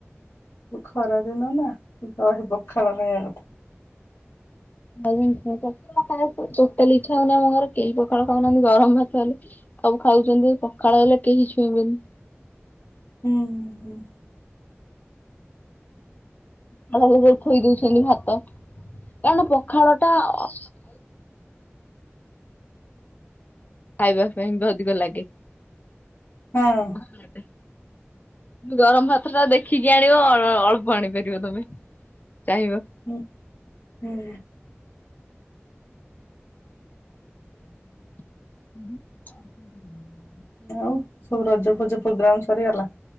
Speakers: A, on the left (about 85°); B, on the left (about 40°).
A: ଏ ଖରା ଦିନ ନା ଦହି ପଖାଳ ଖାଇବା କଥା।
B: ଡାଲି ଭାତ। ଟୋଟାଲି ଇଛା ହଉନି ଆମ ଘରେ କେହି ପଖାଳ ଖାଉନାହାନ୍ତି ଗରମ ଭାତ ହେଲେ ସବୁ ଖାଉଛନ୍ତି ପଖାଳ ହେଲେ କେହି ଛୁଇଁବେନି।
A: ଉଁ ହୁଁ।
B: ହେ ହେ ହେଇ ଥୋଇ ଦେଇଥିଲି ଭାତ କାରଣ ପଖାଳ ଟା ଅ ଖାଇବା ପାଇଁ ଅଧିକ ଲାଗେ।
A: ହଁ।
B: ଭଲ ଲାଗେ। ଗରମ ଭାତ ଟା ଦେଖିକି ଆଣିବ ଅଳ୍ପ ଆଣିପାରିବ ତମେ ଚାହିଁବ।
A: ହୁଁ ହୁଁ।
B: ହୁଁ। ଉଁ ହୁଁ।
A: ଆଉ ସବୁ ରଜ ଫଜ ପୋଗ୍ରାମ ସରିଗଲା।